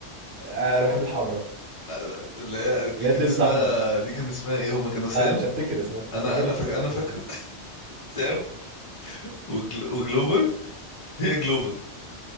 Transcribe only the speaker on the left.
آه، اللي هي دي
كان
اسمها
دي كان اسمها ايه هما كانوا سام
انا انا
فاكر
انا فاكر
<laughs> سام وجل... وجلوفر هي جلوفر